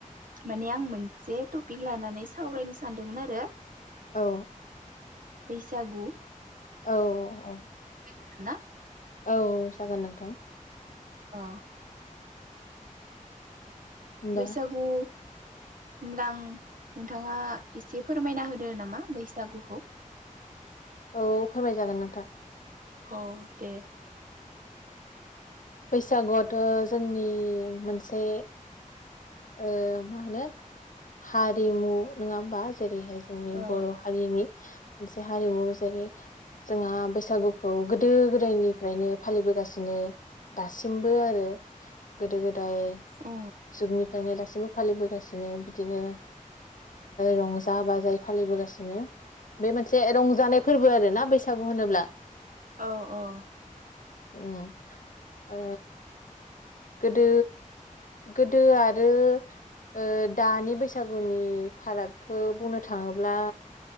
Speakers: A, on the right; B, on the left.
A: माने आं मोनसे टपिक लानानै सावरायनो सानदोंमोन आरो
B: औ
A: बैसागु
B: औ औ
A: हागोनना
B: औ जागोन नोंथां
A: अ
B: होमबा
A: बैसागु होमब्ला आं नोंथाङा एसे फोरमायना होदो नामा बैसागुखौ
B: औ फोरमाय जागोन नोंथां
A: औ दे
B: बैसागुआथ' जोंनि मोनसे ओ मा होनो हारिमु नोङा होमबा जेरैहाय जोंनि
A: औ
B: बर' हारिनि मोनसे हारिमु जेरै जोंहा बैसागुखौ गोदो गोदायनिफ्रायनो फालिबोगासिनो दासिमबो आरो गोदो गोदाय
A: औ
B: जुगनि फ्रायनो दासिमबो फालिबोगासिनो बिदिनो रंजा बाजायै फालिबोगासिनो बे मोनसे रंजानाय फोरबो आरो ना बैसागु होनोब्ला
A: औ औ
B: उम आ गोदो गोदो आरो ओ दानि बैसागुनि फारागखौ बुंनो थाङोब्ला